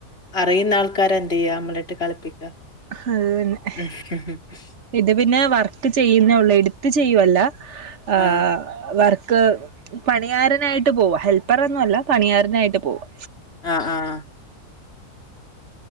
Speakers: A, on the left; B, on the right.
A: അറിയുന്ന ആൾക്കാര് എന്ത് ചെയ്യാ നമ്മളിട്ട് കളിപ്പിക്കും
B: ആഹ് എന്നിട്ട്
A: <inaudible>
B: ഇത് പിന്നെ വർക്ക് ചെയ്യുന്നേ ഉള്ളൂ എടുത്ത് ചെയ്യുവല്ല
A: ആ.
B: ആഹ് വർക്ക് പണിയാരനായിട്ട് പോവാ ഹെൽപ്പറൊന്നുല്ല പണിയാരനായിട്ട് പോവും
A: ആഹ് ആഹ്